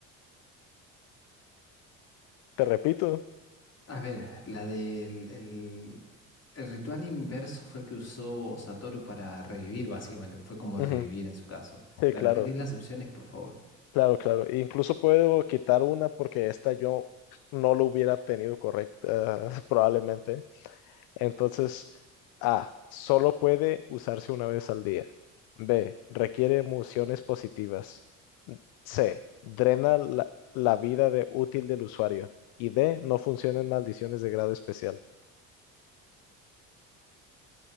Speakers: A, on the left; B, on the left.
A: Te repito.
B: A ver, la del el, el ritual inverso fue el que usó Satoru para revivir, básicamente. Fue como
A: Ujú,
B: revivir en su caso.
A: Sí,
B: ¿Me
A: claro,
B: repetís las opciones, por favor?
A: claro, claro. Incluso puedo quitar una porque esta yo no lo hubiera obtenido correcta, <laughs> probablemente. Entonces, A. Solo puede usarse una vez al día. B. Requiere emociones positivas. C. Drena la, la vida de útil del usuario. Y D. No funcionan maldiciones de grado especial.